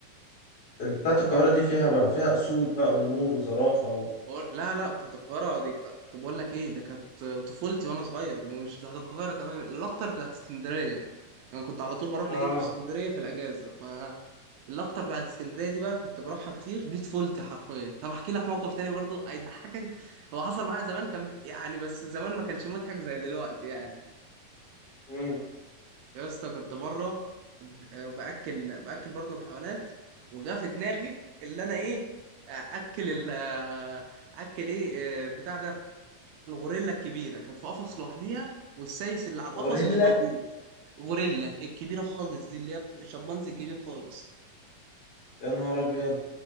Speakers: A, on the left; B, on the right.
A: ال- بتاعة القاهرة دي فيها بقى فيها أسود بقى ونمور وزرافة و...
B: بقول- لا لا بتاعت القاهره دي ك- طب بقول لك ايه ده كانت طفولتي وانا صغير مش بتاعت القاهره كمان الاكتر بتاعت اسكندريه انا كنت على طول بروح
A: اه
B: لجدي في اسكندريه في الاجازه ف الاكتر بعد اسكندريه دي بقى كنت بروحها كتير دي طفولتي حرفيا طب احكي لك موقف تاني برضو هيضحكك هو حصل معايا زمان كان يعني بس زمان ما كانش مضحك زي دلوقتي يعني
A: امم
B: يا اسطى كنت بره آه، باكل باكل برضو الحيوانات وجا في دماغي اللي انا ايه آه، اكل ال آه، اكل ايه آه، بتاع ده الغوريلا الكبيره كانت في قفص لوحديها والسايس اللي على
A: غوريلا
B: القفص مش موجود غوريلا الكبيره خالص دي اللي هي بت- الشمبانزي الكبير خالص
A: يا نهار أبيض